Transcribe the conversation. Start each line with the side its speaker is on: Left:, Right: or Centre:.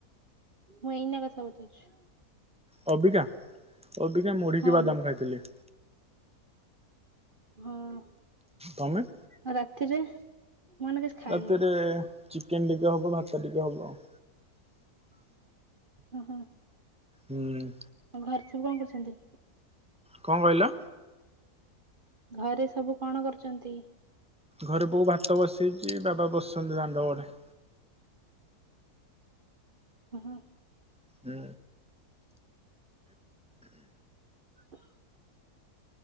Right: ମୁଁ ଏଇନା କଥା ପଚାଉଛି।
Centre: ଅବିକା ଅବିକା ମୁଢ଼ିକି
Right: ହଁ
Centre: ବାଦାମ
Right: ହଁ
Centre: ଖାଇଥିଲି।
Right: ହଁ।
Centre: ତମେ?
Right: ଆଉ ରାତିରେ ମୁଁ ଏଇନା କିଛି ଖାଇନି
Centre: ରାତିରେ ଚିକେନ ଟିକେ ହବ ଭାତ ଟିକେ ହବ ଆଉ।
Right: ଓ ହୋ।
Centre: ହୁଁ।
Right: ଆ ଘରେ ସବୁ କଣ କରୁଛନ୍ତି?
Centre: କଣ କହିଲ
Right: ଘରେ ସବୁ କଣ କରୁଛନ୍ତି?
Centre: ଘରେ ବୋଉ ଭାତ ବସେଇଛି ବାବା ବସଛନ୍ତି ଦାଣ୍ଡ ବଡ଼େ।
Right: ଓହଁ।
Centre: ହୁଁ।
Right: ହ <inaudible>